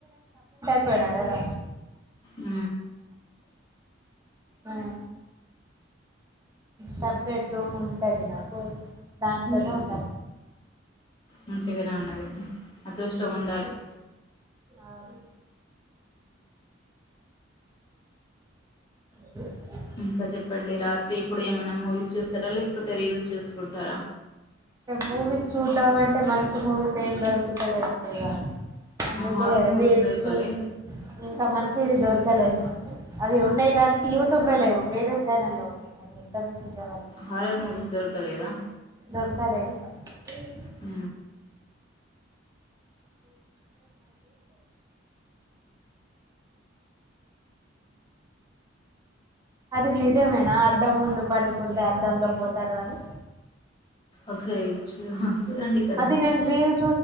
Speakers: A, on the right (about 15°); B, on the left (about 25°).
A: పోయానా కదా
B: ఉ
A: ఆ సపరేట్ రూమ్ ఉంటుంది నాకు దాంట్లోనే ఉంట
B: మంచిగానే అన్నది అదృష్టం ఉండాలి
A: అవును అ
B: ఇంకా చెప్పండి రాత్రి ఇప్పుడు ఏమైన్నా మూవీస్ చూస్తారా లేకపోతే రీల్స్ చూసుకుంటారా
A: మూవీస్ చూద్దామంటే మంచి మూవీస్ ఏం దొరుకుతలేదు ఇగా అందుకే
B: హారర్ మూవీస్
A: రీల్స్
B: దొరకలే
A: చూసి ఇంకా మంచి చిది దొరకాలమా అవి ఉన్నాయి కానీ యూట్యూబ్ లో లేవు వేరే ఛానల్ల్లో ఉన్నాయి అది ఇంటర్
B: హారర్ మూవీస్ దొరకలేదా
A: దొరకాల ఇంకా అ
B: ఉ
A: అది నిజమేనా అద్దం ముందు పండుకుంటే అద్దంలో పోతారు అని
B: ఒకసారివి చూ చూడండి కదా
A: అది నేను రీల్